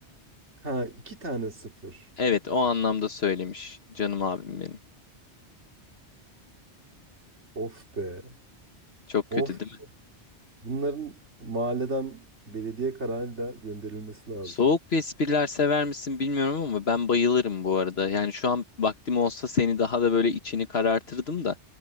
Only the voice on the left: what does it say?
Evet o anlamda söylemiş canım abim benim.
Çok
kötü değil mi?
Soğuk espriler sever misin bilmiyorum ama ben bayılırım bu arada. Yani şu an vaktim olsa seni daha da böyle içini karartırdım da.